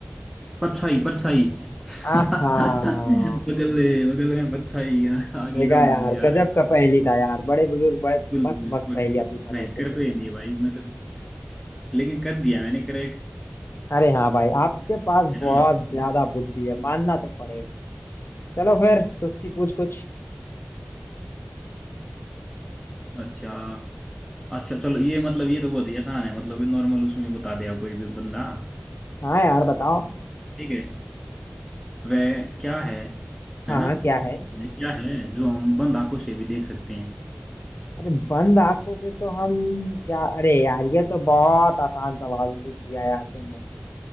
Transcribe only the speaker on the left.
आहा
देखा
यार
गजब का पहेली था यार बड़े बुजुर्ग बड़े
मस्त मस्त
पहेलियां पूछा करते
थे
अरे हाँ भाई आपके पास
बहुत
ज्यादा बुद्धि है मानना तो पड़ेगा चलो फिर तुझसे पूछ कुछ
हाँ यार बताओ
हाँ
हाँ
क्या है
अरे बंद आंखों से तो हम क्या अरे यार ये तो बहुत आसान सवाल पूछ दिया यार तुमने